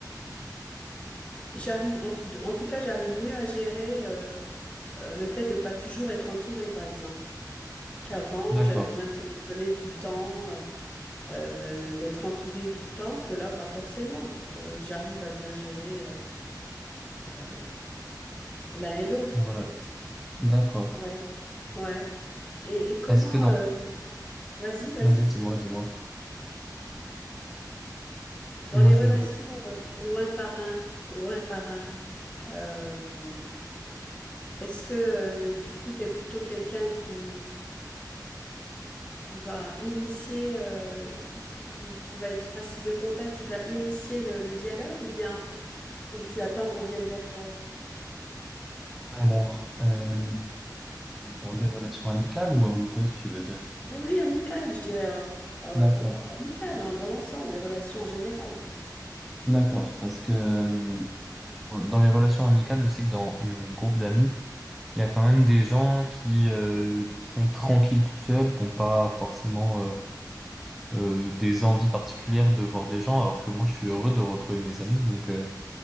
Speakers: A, on the left (about 20°); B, in the centre.
A: j'arrive, en, tout en tout cas, j'arrive mieux à gérer. euh, euh, le fait de pas toujours être entouré, par exemple. Qu'avant,
B: D'accord.
A: j'avais besoin de téléphoner tout le temps, euh, euh, d'être entouré tout le temps, que là, pas forcément. Euh, j'arrive à bien gérer euh, euh, l'un et l'autre,
B: Voilà.
A: en fait.
B: D'accord.
A: Ouais, ouais. Et, et comment...
B: Est-ce que dans...
A: euh, Vas-y, vas-y.
B: Vas-y, dis-moi, dis-moi.
A: Dans
B: Moi,
A: les
B: je...
A: relations euh, ou un par un, ou un par un, euh, est-ce que euh, du coup, tu es plutôt quelqu'un qui, qui va initier, euh, qui, qui, qui, qui va être facile de contact, qui va initier le, le dialogue ou bien ou tu attends qu'on vienne vers toi?
B: Alors, euh, dans des relations amicales ou amoureuses, tu veux dire?
A: Oui, oui, amical, je dirais, euh, euh,
B: D'accord,
A: dans, amical dans, dans l'ensemble, les relations en général.
B: d'accord, parce que euh, dans les relations amicales, je sais que dans mon groupe d'amis, il y a quand même des gens qui euh, sont tranquilles tout seuls, qui n'ont pas forcément euh, euh, des envies particulières de voir des gens, alors que moi, je suis heureux de retrouver mes amis. Donc, euh,